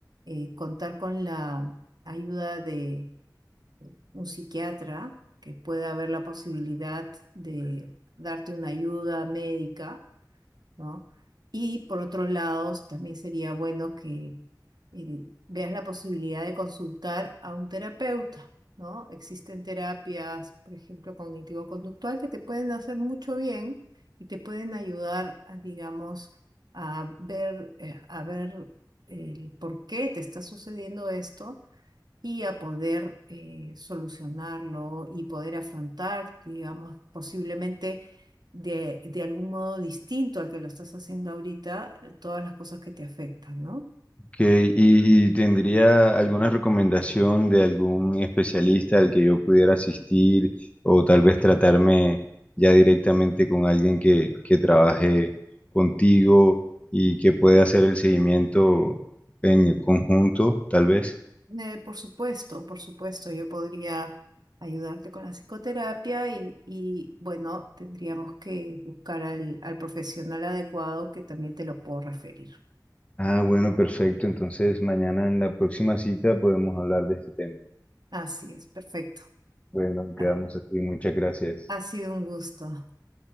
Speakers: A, on the right; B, on the left.
A: eh, contar con la ayuda de un psiquiatra que pueda haber la posibilidad de darte una ayuda médica, ¿no? Y por otro lado, también sería bueno que y veas la posibilidad de consultar a un terapeuta, ¿no? Existen terapias, por ejemplo, cognitivo-conductual, que te pueden hacer mucho bien y te pueden ayudar, a, digamos, a ver, eh, a ver el por qué te está sucediendo esto y a poder eh, solucionarlo y poder afrontar, digamos, posiblemente de, de algún modo distinto al que lo estás haciendo ahorita, todas las cosas que te afectan, ¿no?
B: Ok, ¿Y, y tendría alguna recomendación de algún especialista al que yo pudiera asistir o tal vez tratarme ya directamente con alguien que, que trabaje contigo y que pueda hacer el seguimiento en conjunto, tal vez?
A: Eh, por supuesto, por supuesto, yo podría ayudarte con la psicoterapia y, y, bueno, tendríamos que buscar al, al profesional adecuado que también te lo puedo referir.
B: Ah, bueno, perfecto. Entonces, mañana en la próxima cita podemos hablar de este tema.
A: Así es, perfecto.
B: Bueno, quedamos
A: Ha,
B: así. Muchas gracias.
A: ha sido un gusto. Hasta